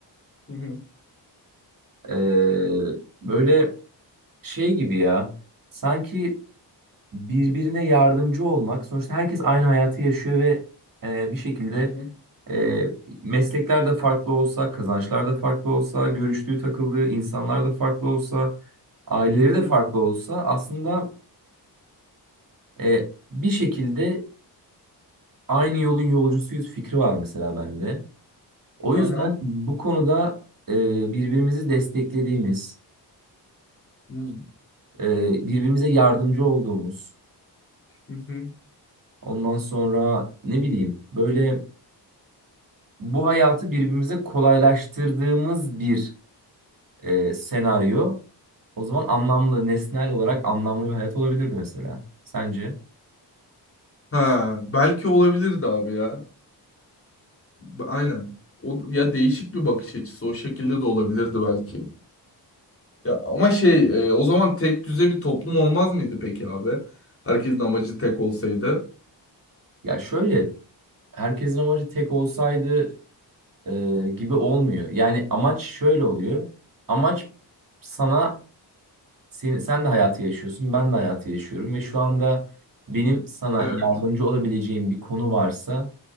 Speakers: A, on the left; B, on the right.
A: Hı hı.
B: Ee, böyle şey gibi ya. Sanki birbirine yardımcı olmak. Sonuçta herkes aynı hayatı yaşıyor ve e, bir şekilde
A: Hı hı.
B: e, meslekler de farklı olsa, kazançlar da farklı olsa, görüştüğü takıldığı insanlar da farklı olsa, aileleri
A: Hı hı.
B: de farklı olsa aslında e, bir şekilde aynı yolun yolcusuyuz fikri var mesela bende. O
A: Aha.
B: yüzden bu konuda e, birbirimizi desteklediğimiz,
A: Hı
B: e, birbirimize yardımcı olduğumuz,
A: hı.
B: ondan sonra ne bileyim böyle bu hayatı birbirimize kolaylaştırdığımız bir e, senaryo. O zaman anlamlı, nesnel olarak anlamlı bir hayat olabilirdi mesela. Sence?
A: Ha, belki olabilirdi abi ya. B- Aynen. O ya değişik bir bakış açısı o şekilde de olabilirdi belki. Ya ama şey, e, o zaman tek düze bir toplum olmaz mıydı peki abi? Herkesin amacı tek olsaydı.
B: Ya şöyle, herkesin amacı tek olsaydı e, gibi olmuyor. Yani amaç şöyle oluyor. Amaç sana Senin, sen de hayatı yaşıyorsun, ben de hayatı yaşıyorum ve şu anda benim sana
A: Evet.
B: yardımcı olabileceğim bir konu varsa